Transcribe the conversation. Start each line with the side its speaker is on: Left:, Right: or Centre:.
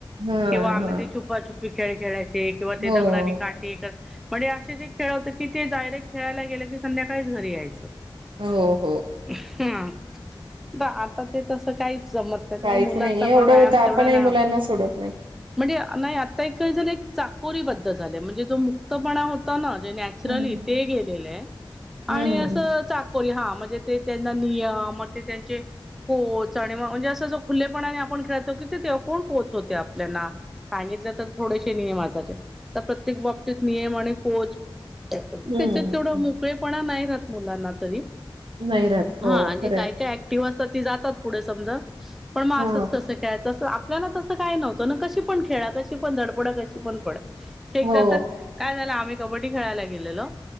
Right: हां,
Centre: किंवा आम्ही
Right: हां.
Centre: ते छुपाछपी खेळ खेळायच चे किंवा ते
Right: हो.
Centre: दगडाने का ते,, म्हणजे असे जे खेळ होते की ते डायरेक्ट खेळायला गेलं की संध्याकाळीच घरी यायचं.
Right: हो हो.
Centre: हं, आता ते तसं काही जमत त्याच्यामुळे
Right: काहीच
Centre: मुलांचा
Right: नाही एवढं
Centre: पण व्यायाम
Right: होतं आपणही
Centre: तेवढा नाही
Right: मुलांना
Centre: होत.
Right: सोडत नाही.
Centre: म्हणजे नाही आता एक काय झालय चाकोरी पद्धत झाले म्हणजे जो मुक्तपणा होता ना, जे नॅच नॅचरली,
Right: हम्म
Centre: ते गेलेल आहे,
Right: हम्म
Centre: आणि असं चा हा म्हणजे ते त्यांना नियम, त्यांचे कोच आणि म्हणजे असं जो खुलेपणाने आपण खेळतो की ते तेव्हा कोण कोच होते आपल्याला. सांगितलं तर थोडेसे नियम असायचे, तर प्रत्येक बाबतीत नियम आणि कोच त्याच्यात
Right: हम्म.
Centre: तेवढा
Right: हम्म.
Centre: मोकळेपणा नाई राहत मुलांना तरी
Right: नाही राहत
Centre: हा,
Right: हो
Centre: अणि
Right: खरंय
Centre: जे काय काय अॅ टिव आसतात ती जातात पुढं समजा, पण म
Right: हां
Centre: असं कसं काय जंस आप आपल्याला तसं काय नव्हतं ना, कशी पण खेळा कशी पण धडपडा, कशी पण पड, एकदा
Right: हो
Centre: तर काय झालं आम्ही कबड्डी खेळायला गेलेलो,,